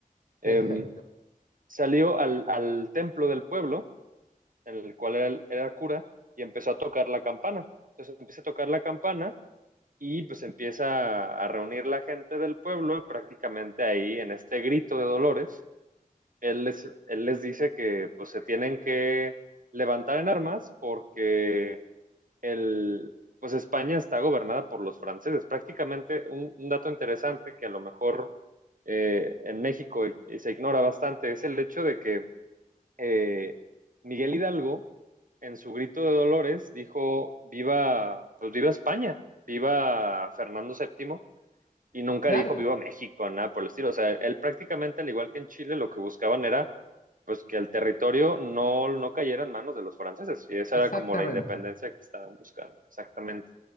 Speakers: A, on the right (about 65°); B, on the left (about 65°).
A: Eh,
B: Perfecto.
A: salió al, al, templo del pueblo, en el cual era, era, cura, y empezó a tocar la campana. Entonces empieza a tocar la campana y pues empieza a reunir la gente del pueblo y prácticamente ahí en este grito de dolores él les, él les dice que pues se tienen que levantar en armas porque el, pues España está gobernada por los franceses. Prácticamente un, un dato interesante que a lo mejor eh, en México eh, se ignora bastante es el hecho de que eh, Miguel Hidalgo en su grito de Dolores dijo viva, pues viva España, viva Fernando VII y nunca
B: Claro,
A: dijo viva México, nada por el estilo. O sea, él prácticamente, al igual que en Chile, lo que buscaban era pues que el territorio no, no cayera en manos de los franceses. Y esa
B: exactamente.
A: era como la independencia que estaban buscando, exactamente.